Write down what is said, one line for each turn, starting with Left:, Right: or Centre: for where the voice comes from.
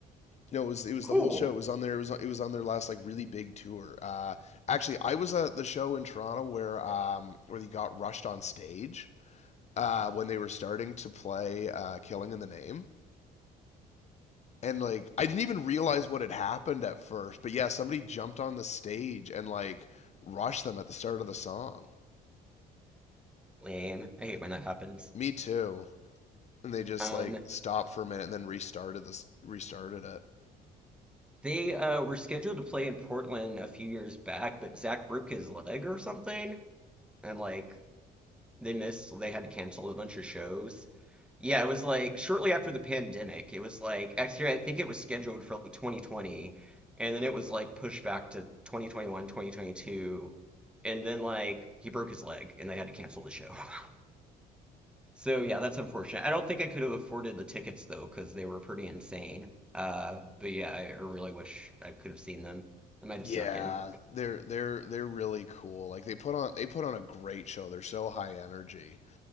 Left: No, it was it was
Centre: Cool.
Left: the whole show. It was on their it was it was on their last like really big tour. Uh, actually, I was at the show in Toronto where um where they got rushed on stage uh, when they were starting to play uh, "Killing in the Name." And like I didn't even realize what had happened at first, but yeah, somebody jumped on the stage and like rushed them at the start of the song.
Centre: Lame. I hate when that happens.
Left: Me too. And they just
Centre: Um
Left: like stopped for a minute and then restarted this restarted it.
Centre: they uh were scheduled to play in Portland a few years back, but Zach broke his leg or something and like They missed, they had to cancel a bunch of shows. Yeah, it was like shortly after the pandemic. It was like actually I think it was scheduled for like 2020 and then it was like pushed back to 2021, 2022, And then like he broke his leg and they had to cancel the show. <laughs> So yeah, that's unfortunate. I don't think I could have afforded the tickets though because they were pretty insane. Uh but yeah, I I really wish I could have seen them. I might have
Left: Yeah,
Centre: snuck in.
Left: they're they're they're really cool. Like they put on they put on a great show. They're so high energy.